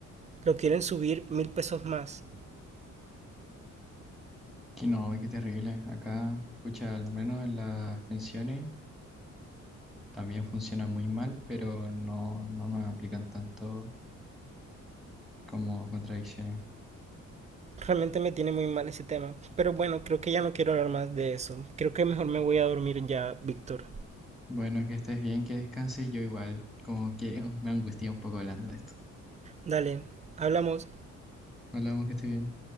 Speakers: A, on the right (about 25°); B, in the centre.
A: lo quieren subir mil pesos más.
B: que no, qué terrible. Acá, escucha, al menos en las pensiones. también funcionan muy mal, pero no, no nos aplican tanto como contradicciones.
A: Realmente me tiene muy mal ese tema. Pero bueno, creo que ya no quiero hablar más de eso. Creo que mejor me voy a dormir ya, Víctor.
B: Bueno, que estés bien, que descanses, yo igual, como que <laughs> me angustia un poco hablando de esto.
A: Dale, hablamos.
B: Hablamos que estés bien.